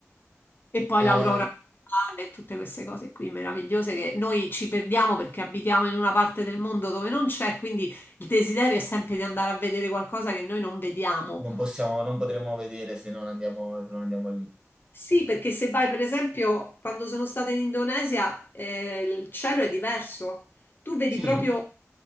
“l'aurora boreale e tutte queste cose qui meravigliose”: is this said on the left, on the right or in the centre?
Left